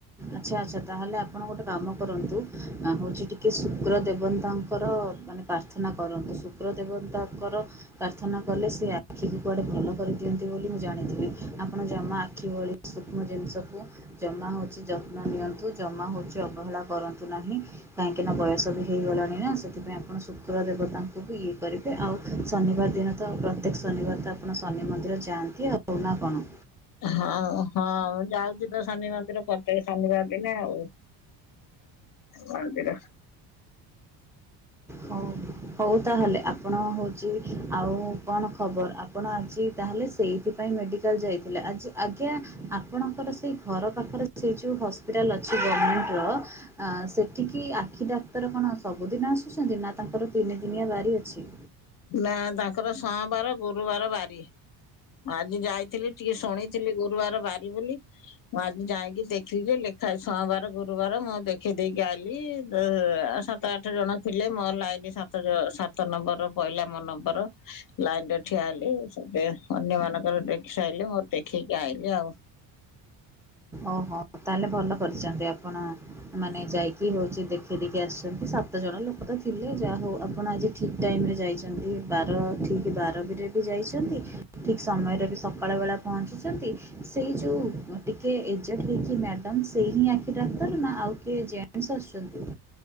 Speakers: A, in the centre; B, on the left.
A: ଆଚ୍ଛା ଆଚ୍ଛା ତାହେଲେ ଆପଣ ଗୋଟେ କାମ କରନ୍ତୁ ଅ ହଉଚି ଟିକେ ଶୁକ୍ର ଦେବନ୍ତାଙ୍କର ମାନେ ପ୍ରାର୍ଥନା କରନ୍ତୁ ଶୁକ୍ର ଦେବତାଙ୍କର ପ୍ରାର୍ଥନା କଲେ ସେ ଆଖିକୁ କୁଆଡେ ଭଲ କରିଦିଅନ୍ତି ବୋଲି ମୁଁ ଜାଣିଥିଲି। ଆପଣ ଜମା ଆଖି ଭଳି ସୂକ୍ଷ୍ମ ଜିନିଷକୁ ଜମା ହଉଛି ଯତ୍ନ ନିଅ ନ୍ତୁ ଜମା ହଉଛି ଅବହେଳା କରନ୍ତୁ ନାହିଁ। କାହିଁକିନା ବୟସ ବି ହେଇଗଲାଣି ନା ସେଥିପାଇଁ ଆପଣ ଶୁକ୍ର ଦେବତାଙ୍କୁ ବି ଇଏ କରି ଆଉ ଶନିବାର ଦିନ ତ ପ୍ରତ୍ୟେକ ଶନିବାର ତ ଆପଣ ଶନି ମନ୍ଦିର ଯାଆନ୍ତି ଆଉ ନା କଣ?
B: ହଁ ହଁ ମୁଁ ଯାଉଚି ତ ଶନି ମନ୍ଦିର ପ୍ରତ୍ୟେକ ଶନିବାର ଦିନେ ଆଉ। ହଁ <unintelligible>
A: ହଉ! ହଉ ତାହେଲେ ଆପଣ ହଉଛି ଆଉ କଣ? ଖବର ଆପଣ ଆଜି ତାହେଲେ ସେଇଥିପାଇଁ ମେଡି ମେଡିକାଲ ଯାଇଥିଲେ। ଆଜି ଆଜ୍ଞା ଆପଣଙ୍କର ସେଇ ଘର ପାଖରେ ସେଇ ଯୋଉ ହସ୍ପି ହସ୍ପିଟାଲ ଅଛି ଗମେଣ୍ଟର ସେଠିକି ଆଖି ଡାକ୍ତର କଣ ସବୁଦିନ ଆସୁ ଚନ୍ତି ନା ତାଙ୍କର ତିନି ଦିନିଆ ବାରି ଅଛି।
B: ନା ତାଙ୍କର ସୋମବାର, ଗୁରୁବାର ବାରି। ଆଜି ଯାଇ ଥିଲି ଟିକେ ଶୁଣିଥିଲି ଗୁରୁବାର ବାରି ବୋଲି ମୁଁ ଆ ମୁଁ ଯାଇକି ଦେଖିଲି ଯେ ଲେଖା ସୋମବାର, ଗୁରୁବାର ମୁଁ ଦେଖିଦେଇକି ଆଇଲି <unintelligible> ସାତ ଆଠ ଜଣ ଥିଲେ। ମୋର ଲାଇନ ସାତ ଜ ସାତ ନମ୍ବର ପାଇଲା ମୋ ନମ୍ବର। ଲାଇନ ରେ ଠିଆ ହେଲି ସେ ଅନ୍ୟ ମାନଙ୍କର ଦେଖିସାରିଲେ ମୋର ଦେଖେଇକି ଆଇଲି ଆଉ।
A: ଓହୋ ତାହେଲେ ଭଲ କରିଚନ୍ତି ଆପଣ। ମାନେ ଯାଇକି ହଉଛି ଦେଖେଇଦେଇକି ଆସିଛନ୍ତି ସାତ ଜଣ ଲୋକ ତ ଥିଲେ ଯାହା ହଉ ଆପଣ ଆଜି ଠିକ୍ ଟାଇମ୍ ରେ ଯାଇଛନ୍ତି ବାର ଠିକ୍ ବାର ବି ରେ ବି ଯାଇଛନ୍ତି। ଠିକ ସମୟରେ ବି ସକାଳ ବେଳା ପହଞ୍ଚିଛନ୍ତି। ସେଇ ଯୋଉ ଅ ଟି କିଏ ଏଜେଟ୍ ହେଇକି ମ୍ୟାଡ଼ମ୍ ସେଇ ହିଁ ଆଖି ଡାକ୍ତର ନା ଆଉ କିଏ ଜେଣ୍ଟସ୍ ଆସୁଛନ୍ତି?